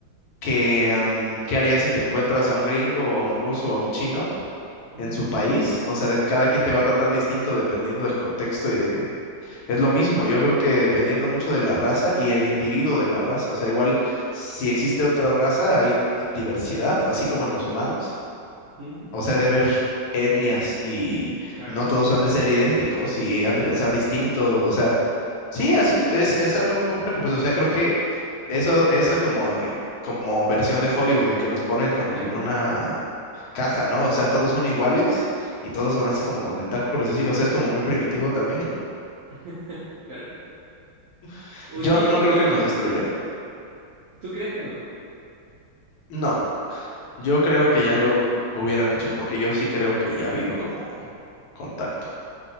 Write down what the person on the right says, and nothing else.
mm,
mm,
Claro.
Mm,
mm,
mm,
<laughs> Claro.
Oye,
¿y
tú crees que no?
Mm,